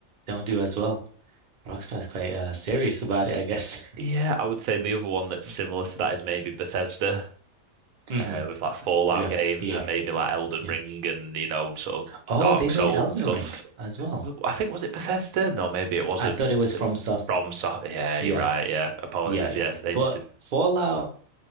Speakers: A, on the right; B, on the right.
A: don't do as well. Rockstar's quite uh, serious about it, I guess.
B: Yeah, I would say the other one that's
A: <laughs>
B: similar to that is maybe Bethesda.
A: hmm
B: uh, with like Fallout
A: Yeah,
B: games
A: yeah,
B: and
A: Right.
B: maybe like Elden
A: yeah.
B: Ring and you know sort of
A: Oh,
B: Dark
A: they made
B: Souls
A: Elden
B: and stuff.
A: Ring as well.
B: I think was it Bethesda? No, maybe it wasn't.
A: I thought it was
B: Was
A: from
B: it
A: Soft.
B: from? So yeah,
A: Yeah,
B: you're right. Yeah, apologies.
A: yeah, yeah.
B: Yeah, they
A: But
B: just did.
A: Yeah. Fallout,